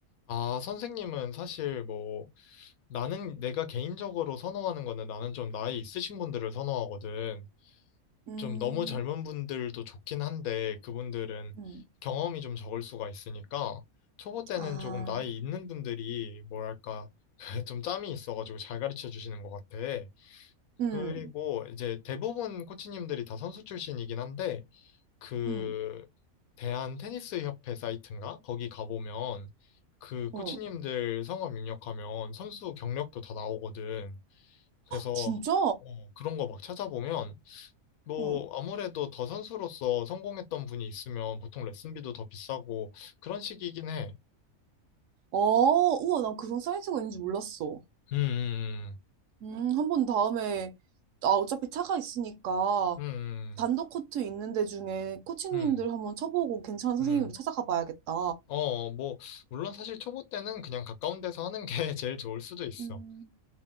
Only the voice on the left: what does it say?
아, 선생님은 사실 뭐, 나는 내가 개인적으로 선호하는 거는 나는 좀 나이 있으신 분들을 선호하거든.
좀 너무 젊은 분들도 좋긴 한데 그분들은
경험이 좀 적을 수가 있으니까 초보 때는
조금 나이 있는 분들이 뭐랄까 <laughs> 좀 짬이 있어가지고 잘 가르쳐 주시는 것 같아.
그리고 이제 대부분 코치님들이 다 선수 출신이긴 한데 그
대한 테니스 협회 사이트인가? 거기 가보면 그 코치님들
성함 입력하면 선수 경력도 다 나오거든. 그래서
어, 그런 거 막 찾아보면 뭐,
아무래도 더 선수로서 성공했던 분이 있으면 보통 레슨비도 더 비싸고 그런 식이긴 해.
음,
음, 음,
음,
음.
어, 뭐, 물론 사실 초보 때는 그냥 가까운 데서 하는 게 <laughs> 제일 좋을 수도 있어.